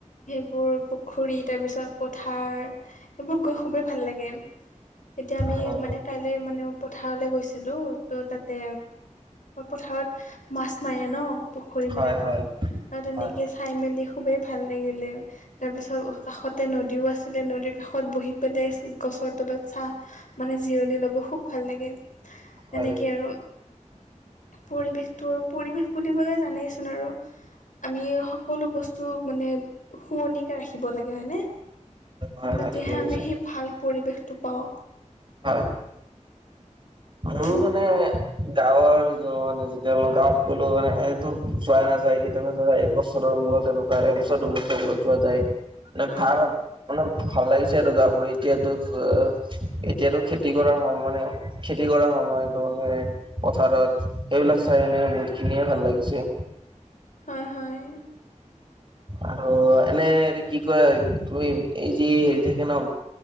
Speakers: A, on the left (about 85°); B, on the right (about 40°).
A: সেইবোৰ পুখুৰী তাৰ পিছত পথাৰ এইবোৰ গৈ খুবেই ভাল লাগে। এতিয়া আমি
B: অ
A: মানে কাইলৈ মানে পথাৰলে গৈছিলোঁ তো তাতে পথাৰত মাছ মাৰে ন পুখুৰীবিলাকত
B: হয় হয়
A: আৰু তেনেকে
B: হয়
A: চাই মেলি খুবেই ভাল লাগিল লেও তাৰ পিছত কাষতে নদীও আছিলে নদীৰ কাষত বহি পেলাই গছৰ তলত চাহ মানে জিৰণি লব খুব ভাল লাগে সেনেকে
B: হয়
A: আৰু পৰিৱেশটোও, পৰিৱেশ বুলি কলে জানেইচোন আৰু। আমি সকলো বস্তু মানে শুৱনিকৈ ৰাখিব লাগে হয়নে?
B: হয় হয়
A: তেতিয়াহে
B: ঠিকে কৈছা
A: আমি সেই ভাল পৰিৱেশটো পাওঁ।
B: হয়। মোৰ
A: হয়
B: মানে গাঁৱৰ য মানে যেতিয়া মই গাঁৱত গ'লো মানে এইটো যোৱা নাযায় কেতিয়াবা ধৰা এক বছৰ মূৰত এনেকুৱা, এক বছৰ দু বছৰ মূৰত যোৱা যায়। মনে
A: হয়
B: ভাল ভাল লাগিছে আৰু গাঁওবোৰ এতিয়াতো অ, এতিয়াতো খেতি কৰা হল মানে খেতি কৰা সময়ত নহলে পথাৰত সেইবিলাক চাই এনে বহুত খিনিয়ে ভাল লাগিছে।
A: হয়, হয়।
B: আৰু এনে কি কয় তুমি এই যি হেৰি থাকে ন?